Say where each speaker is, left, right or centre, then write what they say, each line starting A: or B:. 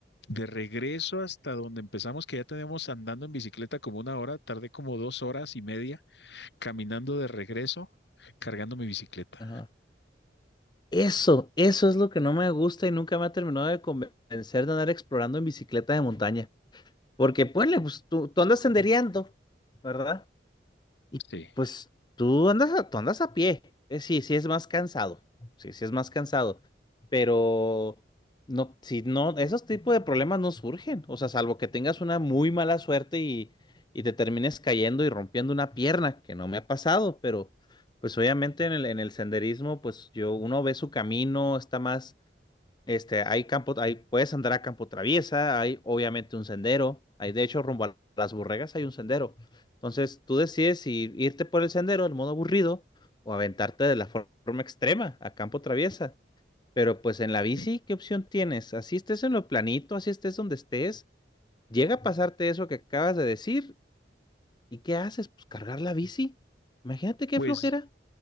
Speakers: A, on the left (about 75°); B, on the left (about 25°).
A: de regreso hasta donde empezamos, que ya tenemos andando en bicicleta como una hora, tardé como dos horas y media caminando de regreso, cargando mi bicicleta.
B: Ajá. Eso, eso es lo que no me gusta y nunca me ha terminado de convencer de andar explorando en bicicleta de montaña. Porque, ponle, pues tú, tú andas sendereando, ¿verdad? Y
A: Sí.
B: pues tú andas a, tú andas a pie. Eh, sí, sí es más cansado. Sí, sí es más cansado. Pero no, si no, esos tipos de problemas no surgen. O sea, salvo que tengas una muy mala suerte y, y te termines cayendo y rompiendo una pierna, que no me ha pasado, pero pues obviamente en el, en el senderismo, pues yo, uno ve su camino, está más este, hay campo, hay, puedes andar a campo traviesa, hay obviamente un sendero, hay de hecho rumbo a las burregas hay un sendero. Entonces tú decides si irte por el sendero, el modo aburrido, o aventarte de la for- forma extrema a campo traviesa. Pero pues en la bici,
A: Sí.
B: ¿qué opción tienes? Así estés en lo planito, así estés donde estés, llega a pasarte eso que acabas de decir, ¿y qué haces? Pues cargar la bici. Imagínate qué
A: Pues
B: flojera.